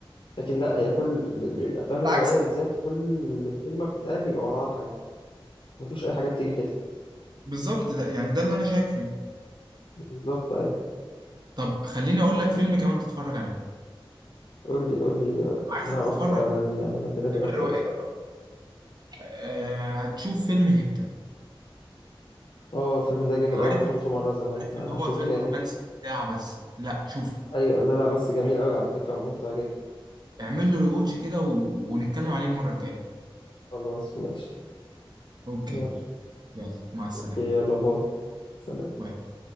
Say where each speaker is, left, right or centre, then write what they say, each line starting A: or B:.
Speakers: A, on the left; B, on the right.
A: لكن لا هي كل ال- ال- الأفلام الروائية
B: بالعكس
A: بالذات كل كلمة بتتقال بيبقى وراها حاجة مفيش أي حاجة بتيجي كده
B: بالظبط ده يعني ده اللي انا شايفه يعني.
A: بالظبط أيوة
B: طب خليني اقول لك فيلم كمان تتفرج عليه
A: قول لي قول لي آه،
B: عايزك
A: أنا هروح
B: تتفرج
A: أتفرج
B: على
A: عليه يعني أنا كده
B: الافلام
A: كده فاضي
B: الروائيه برضه. آه، هتشوف فيلم هبت
A: اه الفيلم ده جامد
B: عارف
A: أوي أنا شفته
B: ان هو
A: مرة زمان
B: عارف
A: هشوفه
B: ان هو فيلم
A: تاني
B: رومانسي بتاع بس لا شوف
A: ايوه لا لا بس جميل قوي على فكرة وممتع جدا
B: اعمل له ريوتش كده و... ونتكلم عليه المرة الجاية
A: خلاص ماشي
B: اوكي
A: يلا
B: يلا مع السلامة
A: اوكي يلا باي سلام
B: باي